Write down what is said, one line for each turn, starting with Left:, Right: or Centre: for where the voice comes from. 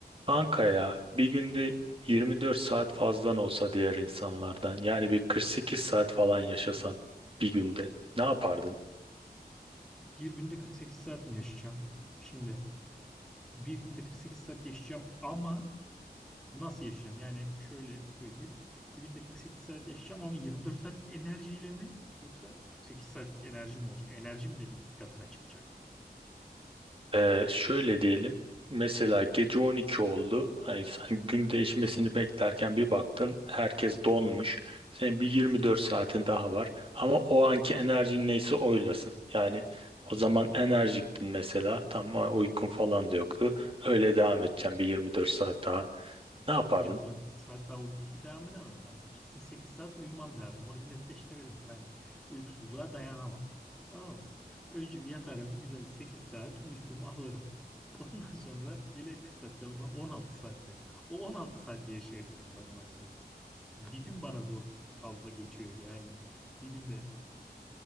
Right: Kanka ya bir günde 24 saat fazlan olsa diğer insanlardan yani bir 48 saat falan yaşasan bir günde ne yapardın?
Centre: bir günde 48 saat mi yaşayacağım? Şimdi bir günde 48 saat yaşayacağım ama nasıl yaşayacağım? Yani şöyle söyleyeyim. Bir günde 48 saat yaşayacağım ama 24 saatlik enerjiyle mi yoksa 48 saatlik enerjim olacak? Enerjim de bir iki katına çıkacak.
Right: Ee, şöyle diyelim mesela gece 12 oldu hani sen gün değişmesini beklerken bir baktın herkes donmuş senin bir 24 saatin daha var ama o anki enerjin neyse oylasın yani o zaman
Centre: Hmm.
Right: enerjiktin mesela tamam uykun falan da yoktu öyle devam edeceğim bir 24 saat daha ne yapardın?
Centre: 24 saat daha uykusuz devam edemem ben. Bir kesin 8 saat uyumam lazım. Onu bir netleştirelim. Ben uykusuzluğa dayanamam. Tamam mı? Önce bir yatarım güzel 8 saat uykumu alırım. <laughs> Ondan sonra geriye kaç saat kalır bana? 16 saat mi? O 16 saati yaşayabilirim ben maksimum. Bir gün bana zor fazla geçiyor yani. Bir günde